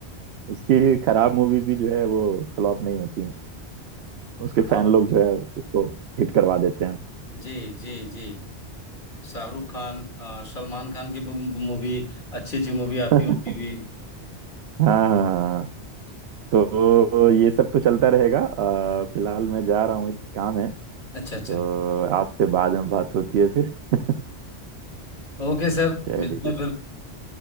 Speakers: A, on the right; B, on the left.
A: उसकी खराब मूवीज भी जो है वो फ्लॉप नहीं होती उसके फैन
B: और
A: लोग जो है उसको हिट करवा देते हैं
B: जी जी जी शाहरुख खान अ, सलमान खान की मूवी अच्छी अच्छी मूवी आती
A: <laughs>
B: है उनकी भी
A: हाँ हाँ हाँ। तो ये सब तो चलता रहेगा अ, फिलहाल मैं जा रहा हूँ एक काम है
B: अच्छा अच्छा
A: तो आपसे बाद में बात होती है फिर <laughs>
B: ओके सर
A: चलिए
B: मिलते हैं फिर